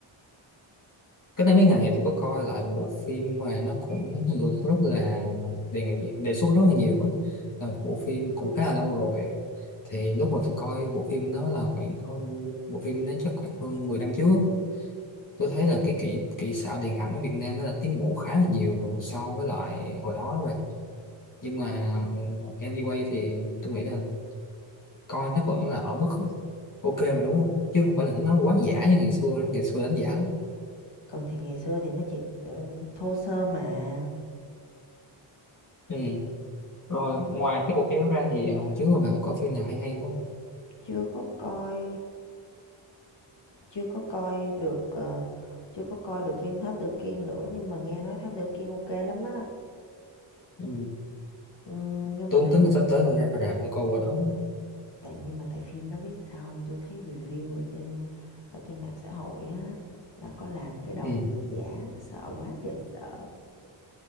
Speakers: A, on the left; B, on the left.
A: Cách đây mấy ngày tôi có coi lại một phim mà nó cũng được rất là đề nghị đề xuất rất là nhiều á là một bộ phim cũng khá là lâu rồi thì lúc mà tôi coi bộ phim đó là khoảng hơn bộ phim nó chắc khoảng hơn 10 năm trước á. tôi thấy là cái kỹ kỹ xảo điện ảnh ở Việt Nam nó đã tiến bộ khá là nhiều so với lại hồi đó đó bạn nhưng mà anyway thì tôi nghĩ là coi nó vẫn là ở mức ok mà đúng không chứ không phải là nó quá giả như ngày xưa nữa ngày xưa đánh giả lắm
B: ừ thì ngày xưa thì nó chỉ ừ, thô sơ mà
A: ừ Rồi ngoài cái bộ phim đó ra thì ờ, hồi trước rồi bạn có phim nào hay hay không?
B: chưa có coi chưa có coi được ờ, chưa có coi được phim thám tử kiên nữa nhưng mà nghe nói thám tử kiên ok lắm á
A: Ừ.
B: Ừm, nhưng
A: Tôi
B: mà
A: cũng
B: tại
A: tính
B: vì
A: là sắp tới người ra rạp để coi bộ đó.
B: tại nhưng mà tại phim đó biết sao không tôi thấy review ở trên ở trên mạng xã hội á là có làm cái đầu
A: Ừ.
B: người giả sợ quá trời sợ